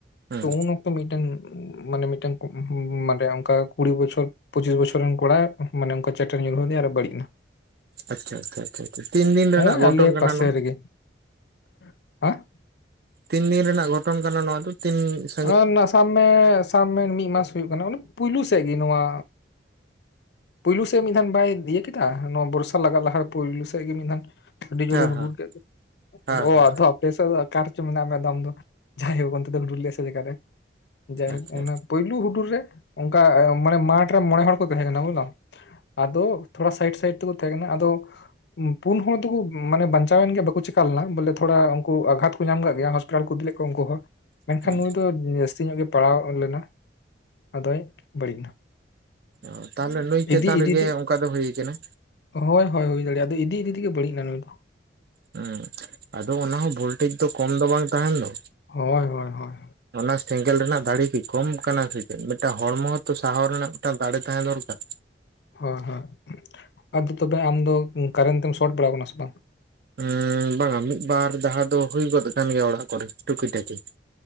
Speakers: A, on the right; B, on the left.
A: ᱦᱩᱸ
B: ᱛᱚ ᱩᱱ ᱚᱠᱛᱚ ᱢᱤᱫᱴᱮᱱ ᱩᱸᱻ ᱢᱟᱱᱮ ᱢᱤᱫᱴᱮᱱ ᱩᱸᱢᱻ ᱢᱟᱱᱮ ᱚᱱᱠᱟ ᱠᱩᱲᱤ ᱵᱚᱪᱷᱚᱨ ᱯᱚᱪᱤᱥ ᱵᱚᱪᱷᱚᱨ ᱨᱮᱱ ᱠᱚᱲᱟ ᱢᱟᱱᱮ ᱚᱱᱠᱟ ᱪᱮᱴᱮᱨ ᱧᱩᱨᱦᱟᱹᱣ ᱫᱤᱭᱟ ᱟᱨᱮ ᱵᱟᱹᱲᱤᱡ ᱱᱟ᱾
A: ᱟᱪᱪᱷᱟ ᱟᱪᱷᱟ ᱟᱪᱷᱟ ᱪᱷᱟ ᱛᱤᱱ ᱫᱤᱱ
B: ᱦᱚᱸᱜᱼᱚᱭ
A: ᱨᱮᱱᱟᱜ ᱜᱷᱚᱴᱚᱱ
B: ᱟᱞᱮ
A: ᱠᱟᱱᱟ
B: ᱯᱟᱥᱮ
A: ᱱᱚᱣᱟ?
B: ᱨᱮᱜᱮ <unintelligible>
A: ᱛᱤᱱ ᱫᱤᱱ ᱨᱮᱱᱟᱜ ᱜᱷᱚᱴᱚᱱ ᱠᱟᱱᱟ ᱱᱚᱣᱟ ᱫᱚ ᱛᱤᱱᱥᱼᱼ
B: ᱟᱸᱻ ᱱᱟ ᱥᱟᱵ ᱢᱮ ᱥᱟᱵ ᱢᱮ ᱢᱤᱜ ᱢᱟᱥ ᱦᱩᱭᱩᱜ ᱠᱟᱱᱟ ᱯᱩᱭᱞᱩ ᱥᱮᱜ ᱜᱤ ᱱᱚᱣᱟᱼᱼ ᱯᱩᱭᱞᱩ ᱥᱮᱜ ᱢᱤᱫ ᱫᱷᱟᱱ ᱵᱟᱭ ᱤᱭᱟᱹ ᱠᱮᱫᱟ ᱱᱚᱣᱟ ᱵᱚᱨᱥᱟ ᱞᱟᱜᱟ ᱞᱟᱦᱟ ᱨᱮ ᱯᱩᱭᱞᱩ ᱥᱮᱜ ᱜᱤ ᱢᱤᱫ ᱫᱷᱟᱱᱼᱼ ᱟᱹᱰᱤ ᱡᱳᱨᱮ
A: ᱦᱮᱸ
B: ᱦᱩᱰᱩᱨ
A: ᱦᱮᱸ
B: ᱠᱮᱜ ᱫᱚ
A: ᱦᱮᱸ
B: ᱟᱫᱚ ᱚᱻ
A: ᱦᱮᱸ
B: ᱟᱫᱚ ᱟᱯᱮ ᱥᱮᱜ ᱟᱠᱟ ᱨᱮᱪᱚ ᱢᱮᱱᱟᱜ ᱢᱮ ᱟᱢ ᱫᱚ᱾ ᱡᱟᱭᱦᱳᱠ ᱚᱱᱛᱮ ᱫᱚ ᱦᱩᱰᱩᱨ ᱞᱮᱜ-ᱟᱭ ᱥᱮ ᱡᱟᱭᱜᱟ ᱨᱮ ᱡᱟᱭᱦᱳᱠ
A: ᱟᱪᱪᱷᱟ
B: ᱚᱱᱟ ᱯᱩᱭᱞᱩ ᱦᱩᱰᱩᱨ ᱨᱮᱼᱼ ᱚᱱᱠᱟ ᱢᱟᱱᱮ ᱢᱟᱴ ᱨᱮ ᱢᱚᱬᱮ ᱦᱚᱲ ᱠᱚ ᱛᱟᱦᱮᱸ ᱠᱟᱱᱟ ᱵᱩᱡᱞᱟ ᱟᱫᱚ ᱛᱷᱚᱲᱟ ᱥᱟᱭᱤᱴ-ᱥᱟᱭᱤᱴ ᱠᱩ ᱛᱟᱦᱮᱸ ᱠᱟᱱᱟ ᱟᱫᱚᱼᱼᱼ ᱯᱩᱱ ᱦᱚᱲ ᱫᱚᱠᱚ ᱢᱟᱱᱮ ᱵᱟᱧᱪᱟᱣ ᱮᱱ ᱜᱮᱭᱟ ᱵᱟᱠᱚ ᱪᱤᱠᱟ ᱞᱮᱱᱟ ᱾ ᱵᱚᱞᱮ ᱛᱷᱚᱲᱟ ᱩᱱᱠᱩ ᱟᱜᱷᱟᱛ ᱠᱚ ᱧᱟᱢ ᱠᱟᱜ ᱜᱮᱭᱟ᱾ ᱤᱫᱤ ᱞᱮᱫ ᱠᱚᱣᱟ ᱩᱱᱠᱩ ᱦᱚᱸ᱾ ᱢᱮᱱᱠᱷᱟᱱ
A: ᱟᱪᱪᱷᱟ
B: ᱱᱩᱭ ᱫᱚ ᱡᱟᱹᱥᱛᱤ ᱧᱚᱜ ᱜᱮ ᱯᱟᱲᱟᱣ ᱞᱮᱱᱟ᱾ ᱟᱫᱚᱭ ᱵᱟᱹᱲᱤᱡ ᱮᱱᱟ᱾
A: ᱚ ᱛᱟᱦᱚᱞᱮ ᱱᱩᱭ ᱪᱮᱛᱟᱱ
B: ᱤᱫᱤ ᱤᱫᱤ
A: ᱨᱮᱜᱮ
B: ᱛᱮ
A: ᱚᱱᱠᱟ ᱫᱚ ᱦᱩᱭ ᱠᱟᱱᱟ᱾
B: ᱦᱳᱭ ᱦᱳᱭ ᱦᱩᱭ ᱫᱟᱲᱮᱭᱟᱜᱼᱟ, ᱟᱫᱚ ᱤᱫᱤ-ᱤᱫᱤ ᱛᱮᱜᱮ ᱵᱟᱹᱲᱤᱡ ᱮᱱᱟ ᱱᱩᱭ ᱫᱚ᱾
A: ᱦᱩᱸ ᱟᱫᱚ ᱚᱱᱟ ᱦᱚᱸ ᱵᱷᱳᱽᱞᱴᱮᱡ ᱫᱚ ᱠᱚᱢ ᱫᱚ ᱵᱟᱝ ᱛᱟᱦᱮᱱ ᱫᱚ᱾
B: ᱦᱳᱭ ᱦᱳᱭ ᱦᱳᱭ
A: ᱚᱱᱟ ᱥᱮᱸᱜᱮᱞ ᱨᱮᱱᱟᱜ ᱫᱟᱲᱮ ᱠᱤ ᱠᱚᱢ ᱠᱟᱱᱟ ᱥᱮ ᱪᱮᱫ ᱢᱤᱫᱴᱟᱝ ᱦᱚᱲᱢᱚ ᱦᱚᱸᱛᱚ ᱥᱟᱦᱟᱣ ᱨᱮᱱᱟᱜ ᱢᱤᱫᱴᱟᱝ ᱫᱟᱲᱮ ᱛᱟᱦᱮᱸ ᱫᱚᱨᱠᱟᱨ᱾
B: ᱦᱚᱸ - ᱦᱚᱸ ᱟᱫᱚ ᱛᱚᱵᱮ ᱟᱢᱫᱚ ᱠᱟᱨᱮᱱᱴ ᱛᱮᱢ ᱥᱚᱨᱴ ᱵᱟᱲᱟ ᱟᱠᱟᱱᱟ ᱥᱮ ᱵᱟᱝ?
A: ᱮᱸᱻ ᱵᱟᱝ-ᱟ ᱢᱤᱫ ᱵᱟᱨ ᱡᱟᱦᱟᱸ ᱫᱚ ᱦᱩᱭ ᱜᱚᱫ ᱠᱟᱱ ᱜᱮᱭᱟ ᱚᱲᱟᱜ ᱠᱚᱨᱮ ᱴᱩᱠᱤ ᱴᱟᱠᱤ᱾